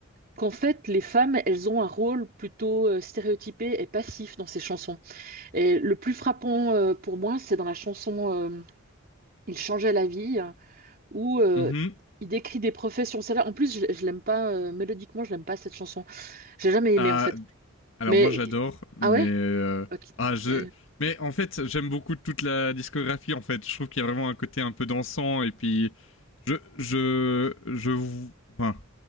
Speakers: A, on the right; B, on the left.
A: qu'en fait, les femmes, elles ont un rôle plutôt euh, stéréotypé et passif dans ces chansons. Et le plus frappant euh, pour moi, c'est dans la chanson euh, Il changeait la vie. hein, où euh,
B: Mmh
A: il décrit des professions. Celle-là, en plus, je, je l'aime pas, euh, mélodiquement, je l'aime pas cette chanson. J'ai jamais aimé
B: Ah,
A: en fait.
B: alors
A: Mais
B: moi j'adore, mais
A: ah ouais?
B: heu,
A: Ok.
B: ah
A: Ok.
B: je mais en fait, j'aime beaucoup toute la discographie, en fait. Je trouve qu'il y a vraiment un côté un peu dansant et puis je je je vou enfin,